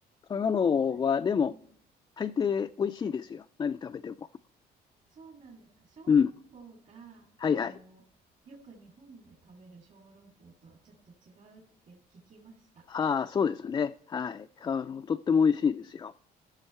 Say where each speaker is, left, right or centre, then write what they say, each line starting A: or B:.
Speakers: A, on the left (about 25°); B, on the right (about 50°).
A: 食べ物は、
B: たうん。
A: でも、大抵美味しいですよ。何食べても。
B: そうなんですか。小籠包が、
A: うん。はいはい。
B: あの、よく日本で食べる小籠包とはちょっと違うって聞きました。
A: ああ、そうですね。はい。あの、とっても美味しいですよ。